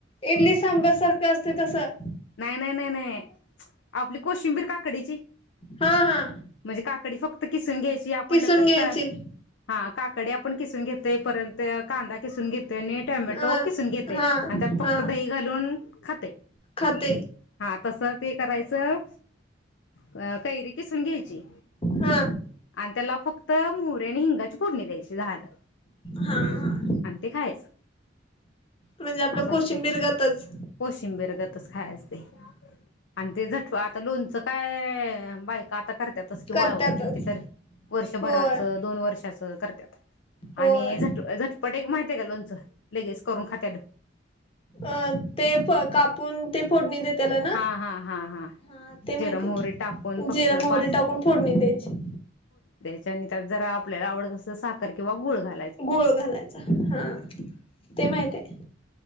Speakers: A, on the left (about 30°); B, on the left (about 75°).
A: इडली सांबर सारखं असते तसं
B: नाय नाय. हम्म. आपली कोशिंबीर काकडीची
A: हा हा
B: म्हणजे काकडी फक्त किसून घ्यायची. ची आपण
A: किसून
B: तर कसं
A: घ्यायची
B: काय हा काकडे आपण किसून घेतोय परत कांदा. किसून घेतोय. आणि टमॅटो
A: अ
B: किसून घेतोय
A: हा
B: आणि त्यात फक्त
A: हा
B: दही घालून खातय.
A: खाते
B: हा तस. ते करायचं अ कैरी किसून घ्यायची.
A: हा
B: आणि त्याला फक्त मोहरी आणि हिंगाची फोडणी द्यायची झालं.
A: हा हा.
B: आणि ते खायाच.
A: म्हणजे आपलं
B: अस असतयं
A: कोशिंबीरगतच
B: कोशिंबिरगतच खायाच ते आणि ते झट आता लोणचं काय बायका आता कर करत्यातचं कि
A: करतातच
B: वाळून किती तरी वर्षभराच
A: होय
B: दोन वर्षाच करत्यात.
A: होय
B: आणि झट झट माहितीहाय का लोणचं लगेच करून खात्यात.
A: अ ते फ कापून ते फोडणी देत. त्याला ना.
B: हा हा हा
A: हा ते
B: जिर
A: माहिती
B: मोहरी
A: आहे की
B: टाकून फक्
A: जीर मोहरी
B: पाच
A: टाकून फोडणी द्यायची.
B: त्यानी त्यात जरा आपल्याला आवडत अस तर साखर किंवा गुळ घालायचे.
A: गुळ घालायचा. हा, ते माहित आहे.